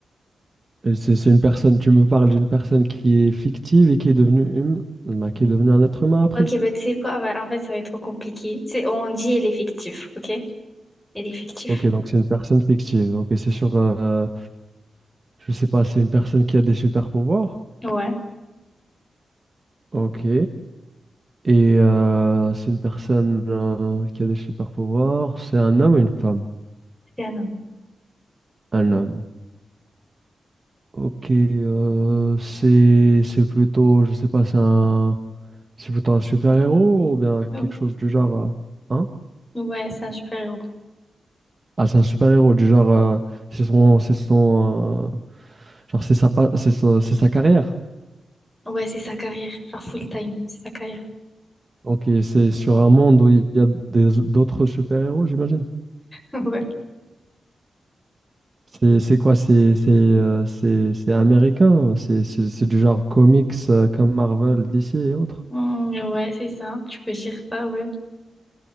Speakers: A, on the right; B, in the centre.
A: Et C'est c'est une personne, tu me parles d'une personne qui est fictive et qui est devenue hum- bah, qui est devenue un être humain après.
B: Ok, bah, tu sais quoi? Ah Ouais, en fait, ça va être trop compliqué. Tu sais, on dit elle est fictive, ok? Elle est fictive.
A: Ok, donc c'est une personne fictive. Ok, c'est sur, euh, je sais pas, c'est une personne qui a des super pouvoirs.
B: Ouais,
A: Ok. Et euh, c'est une personne euh, qui a des super pouvoirs. C'est un homme ou une femme?
B: c'est un homme.
A: Un homme. Ok, euh, c'est c'est plutôt, je sais pas, c'est un c'est plutôt un super-héros ou bien
B: Oh.
A: quelque chose du genre, euh, hein?
B: Ouais, c'est un super-héros.
A: Ah, c'est un super-héros du genre, euh, c'est son c'est son euh, genre c'est sa pa- c'est sa c'est sa carrière.
B: Ouais, c'est sa carrière, genre full-time, c'est sa carrière.
A: Ok, c'est sur un monde où il y a des d'autres super-héros, j'imagine.
B: <laughs> Ouais.
A: C'est c'est quoi? C'est c'est euh, c'est c'est américain. C'est c'est c'est du genre comics euh, comme Marvel, DC et autres.
B: Hmm, ouais, c'est ça. Tu peux dire ça, ouais.